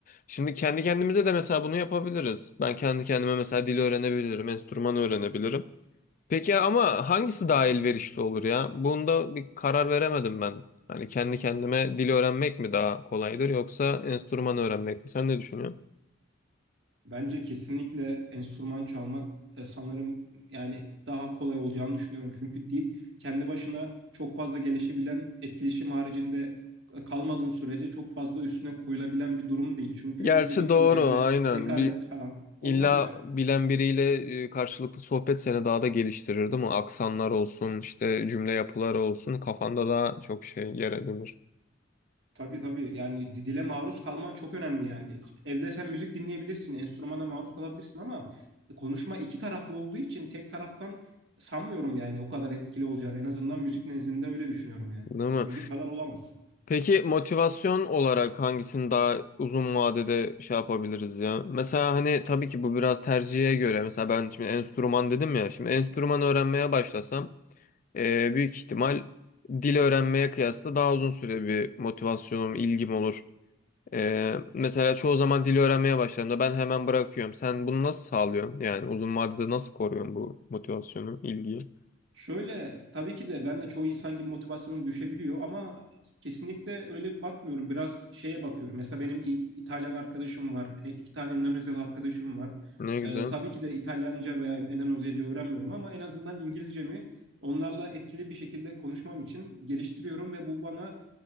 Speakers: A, on the left; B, on the right.
A: Şimdi kendi kendimize de mesela bunu yapabiliriz. Ben kendi kendime mesela dil öğrenebilirim, enstrüman öğrenebilirim. Peki ama hangisi daha elverişli olur ya? Bunda bir karar veremedim ben. Hani kendi kendime dil öğrenmek mi daha kolaydır yoksa enstrüman öğrenmek mi? Sen ne düşünüyorsun?
B: Bence kesinlikle enstrüman çalmak e, sanırım yani daha kolay olacağını düşünüyorum. Çünkü dil kendi başına çok fazla gelişebilen, etkileşim haricinde e, kalmadığın sürece çok fazla üstüne koyulabilen bir durum değil. Çünkü
A: Gerçi
B: istediğin
A: doğru
B: kadar evde
A: aynen.
B: tekrar
A: Bir
B: et falan
A: illa
B: olmaz yani.
A: bilen biriyle e, karşılıklı sohbet seni daha da geliştirir değil mi? Aksanlar olsun, işte cümle yapıları olsun kafanda daha çok şey yer edinir.
B: Tabii tabii yani di- dile maruz kalman çok önemli yani. Evde sen müzik dinleyebilirsin, enstrümana maruz kalabilirsin ama konuşma iki taraflı olduğu için tek taraftan sanmıyorum yani o kadar etkili olacağını. En azından müzik nezdinde öyle düşünüyorum yani.
A: Değil mi?
B: Müzik kadar olamaz.
A: Peki motivasyon olarak hangisini daha uzun vadede şey yapabiliriz ya? Mesela hani tabii ki bu biraz tercihe göre. Mesela ben şimdi enstrüman dedim ya. Şimdi enstrüman öğrenmeye başlasam eee, büyük ihtimal dil öğrenmeye kıyasla daha uzun süre bir motivasyonum, ilgim olur. Eee, mesela çoğu zaman dil öğrenmeye başladığımda ben hemen bırakıyorum. Sen bunu nasıl sağlıyorsun? Yani uzun vadede nasıl koruyorsun bu motivasyonu, ilgiyi?
B: Şöyle tabii ki de ben de çoğu insan gibi motivasyonum düşebiliyor ama kesinlikle öyle bakmıyorum. Biraz şeye bakıyorum. Mesela benim İ- İtalyan arkadaşım var. e, iki tane Endonezyalı arkadaşım var.
A: Ne güzel.
B: E, tabii ki de İtalyanca veya Endonezyaca öğrenmiyorum ama en azından İngilizcemi onlarla etkili bir şekilde konuşmam için geliştiriyorum ve bu bana